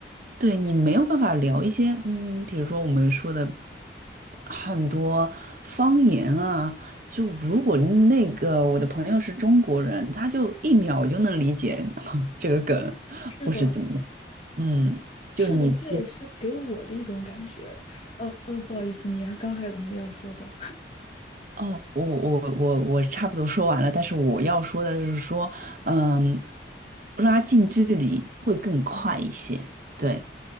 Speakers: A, on the right; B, on the left.
A: 对你没有办法聊一些，嗯，比如说我们说的很多方言啊，就如果那个我的朋友是中国人，他就一秒就能理解 <laughs> 这个梗，
B: 是的，
A: 或是怎么样。嗯，
B: 是的，
A: 就你。
B: 这也是给我的一种感觉。呃呃，不好意思，你还刚还有什么要说的？
A: 哦，我我我我差不多说完了，但是我要说的就是说，嗯，拉近距离会更快一些。对，